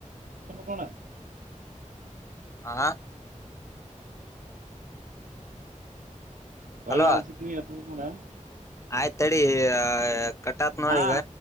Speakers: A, on the right (about 85°); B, on the left (about 20°).
A: ನೋಡ್
B: ಆ
A: ಹೋಳಿ
B: ಹಲೋ
A: ನಾ ಹಚ್ತಿನಿ ಎತ್ಬೇಕ್ ನೋಡ್ ನೀ
B: ಆಯ್ತಡಿ ಕಟಾತ್ ನೋಡಿ
A: ಹಾ
B: ಈಗ